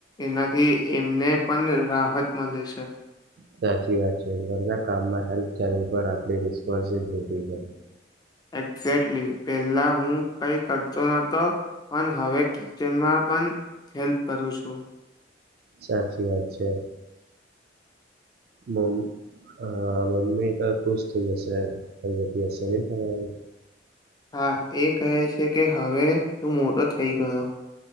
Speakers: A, on the left (about 20°); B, on the right (about 55°).
A: એનાથી એમને. પણ રાહત મળે છે
B: સાચી વાત છે ઘર ના કામમાં. હેલ્પ કરવી પણ આપણી રિસ્પોન્સિબિલિટી છે.
A: એક્ઝેક્ટલી પેલા હું કઈ કરતો નતો પણ હવે કિચનમાં. પણ હેલ્પ કરું છું.
B: સાચી વાત છે મ. હા મમ્મી તો ખુશ થઇ જશે કઈ જતી હશે નહ તમારી.
A: હા એ કહે છે કે હવે તું મોટો થઈ ગયો.